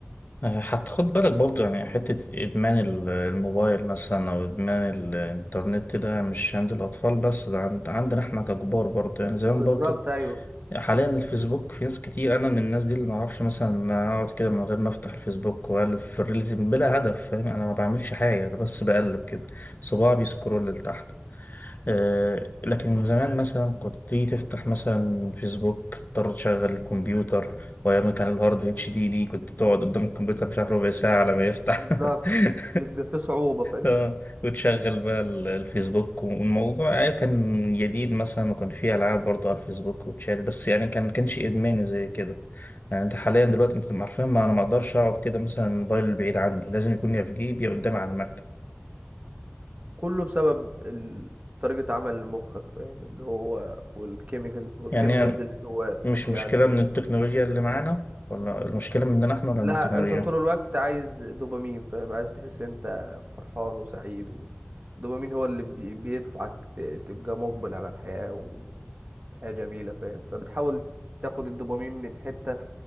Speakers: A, on the left; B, on the right.
A: حتى خد بالك برضه يعني حتة إدمان ال- الموبايل مثلا أو إدمان الإنترنت ده مش عند الأطفال بس ده عند عندنا إحنا ككبار برضه يعني زمان
B: بالظبط
A: برضه
B: أيوه
A: حاليا الفيسبوك في ناس كتير أنا من الناس دي اللي معرفش مثلا أقعد كده من غير ما أفتح الفيسبوك وأقلب في الريلز بلا هدف فاهم يعني أنا ما بعملش حاجة أنا بس بقلب كده صباعي بيسكرول لتحت آه، لكن زمان مثلا كنت تيجي تفتح مثلا فيسبوك تضطر تشغل الكمبيوتر وأيام كان الهارد اتش دي دي كنت تقعد قدام الكمبيوتر مش عارف ربع ساعة على ما يفتح
B: بالظبط
A: <laughs>
B: بيبقى في صعوبة فاهم
A: آه، وتشغل بقى ال- الفيسبوك والموضوع آه، كان جديد مثلا وكان فيه ألعاب برضه على الفيسبوك وتشال بس يعني كان كانش إدماني زي كده يعني أنت حاليا دلوقتي أنت عارفين ما أنا ما أقدرش أقعد كده مثلا الموبايل بعيد عني لازم يكون يا في جيبي يا قدامي على المكتب
B: كله بسبب ال... طريقة عمل مخك فاهم اللي هو والكيميكال والكيميكالز
A: يعني
B: اللي جواه
A: مش
B: يعني
A: مشكلة من التكنولوجيا اللي معانا ولا المشكلة مننا احنا ولا
B: لا
A: من التكنولوجيا؟
B: انت طول الوقت عايز دوبامين فاهم عايز تحس انت فرحان وسعيد والدوبامين هو اللي بي- بيدفعك ت- تبقى مقبل على الحياة و- والحياة جميلة فاهم فبتحاول تاخد الدوبامين من حتة